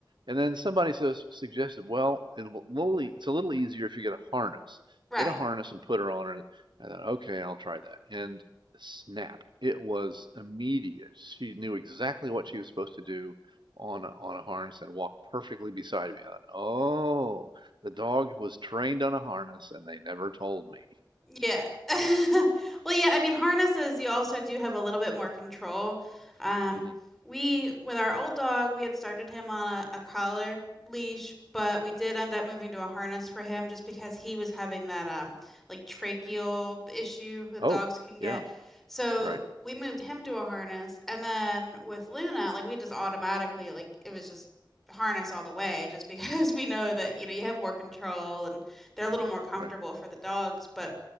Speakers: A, on the right; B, in the centre.
A: And then somebody says suggested, well, it'll it's a little easier if you get a harness.
B: right.
A: Get a harness and put her on it. I thought, okay, I'll try that. And snap, it was immediate. She knew exactly what she was supposed to do on a, on a harness and walked perfectly beside me. I thought, oh, the dog was trained on a harness and they never told me.
B: Yeah. <laughs> Well, yeah, I mean, harnesses, you also do have a little bit more control. Um,
A: hmm
B: we, with our old dog, we had started him on a, a collar leash, but we did end up moving to a harness for him just because he was having that um like tracheal issue that
A: Oh,
B: dogs can get.
A: yeah,
B: So
A: right,
B: we moved him to a harness, and then with Luna, like we just automatically like it was just harness all the way, just because <laughs> we know that you know you have more control and they're a little
A: yeah,
B: more comfortable
A: right,
B: for the dogs, but.